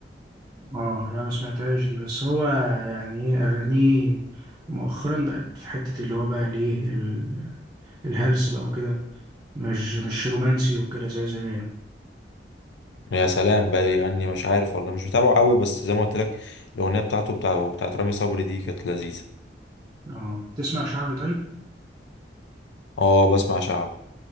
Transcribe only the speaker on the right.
آه، لا ما سمعتهاش دي بس هو يعني ايه اغانيه مؤخرا بقت في حته اللي هو بقى الايه ال- الهلس بقى وكده مش مش رومانسي وكده زي زمان
اه تسمع شعبي طيب